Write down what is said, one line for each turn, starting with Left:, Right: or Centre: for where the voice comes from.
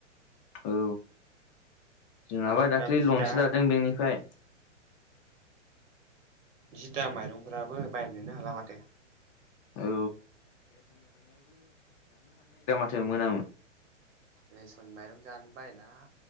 Left: औ जोंहाबा
Right: माइरंफ्राबो
Left: दाख्लिलनसो
Right: जि दाम
Left: लादों बेंकनिफ्राय।
Right: जिदा माइरंफोराबो बायनोनो हाला माथो।
Left: औ जो‌ मोनामो।
Right: रेसन माइरं जानो बायला